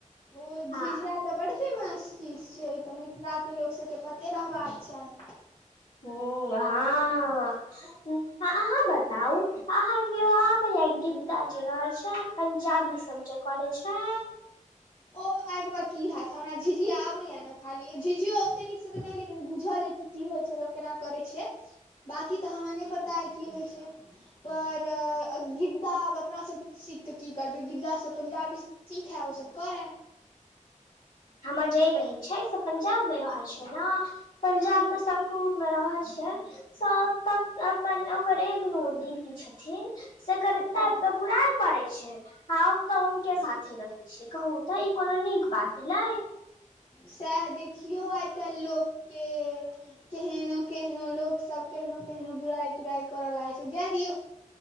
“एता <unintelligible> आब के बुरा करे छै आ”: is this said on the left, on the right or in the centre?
Left